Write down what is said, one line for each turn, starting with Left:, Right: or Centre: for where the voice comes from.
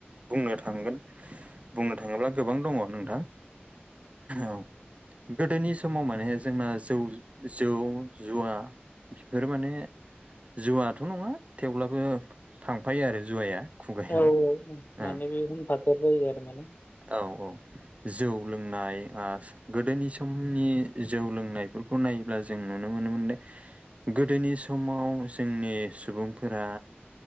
Right: बुंनो थांगोन बुंनो थाङोब्ला गोबां दङ नोंथां। औ गोदोनि समाव माने जोंना जौ जौ जुवा बेफोर माने जुवाथ' नङा थेवब्लाबो थांफायो आरो जुवाया। खुगायाव
Left: औ औ माने
Right: ओं
Left: बेयो होनफाथेर जायो आरो माने
Right: औ औ जौ लोंनाय आस गोदोनि समनि जौ लोंनायफोरखौ नायोब्ला जों नुनो मोनोमोन दे गोदोनि समाव जोंनि सुबुं फोरा